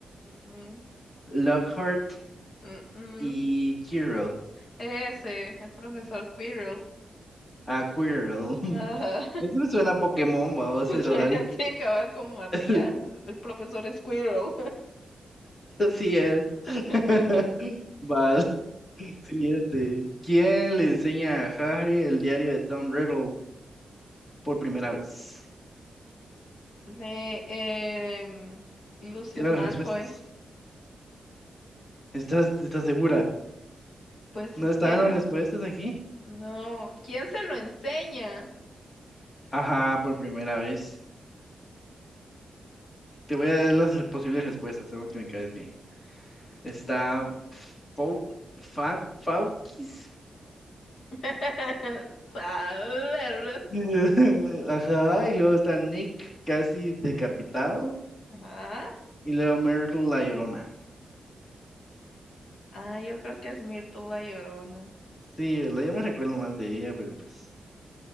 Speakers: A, on the left; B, on the left.
A: Mm,
B: Lockhart
A: mm, mm, mm.
B: y Quirrell.
A: Ese, el profesor Quirrell.
B: Ah, Quirrell. <laughs>
A: Ajá.
B: Eso me suena a Pokémon, va
A: <laughs>
B: pero dale.
A: Sí, cabal, como ardía.
B: <laughs>
A: El, el profesor Squirrel.
B: Sí es. <laughs>
A: <laughs>
B: Va, siguiente. ¿Quién le enseña a Harry el diario de Tom Riddle por primera vez?
A: Le, em, Lucius
B: ¿Quieren
A: Malfoy.
B: las respuestas? ¿Estás, estás segura?
A: Pues
B: ¿No
A: es
B: están
A: que les...
B: las respuestas aquí?
A: No, ¿quién se lo enseña?
B: Ajá, por primera vez. Te voy a dar las posibles respuestas, seguro que me caes bien. Está Fau, Fa- Faukis.
A: <laughs> Saber.
B: <laughs> Ajá, y luego está Nick casi decapitado.
A: Ajá.
B: Y luego Myrtle la Llorona.
A: Ah, yo creo que es Myrtle la Llorona.
B: Sí, la- yo me recuerdo más de ella, pero pues.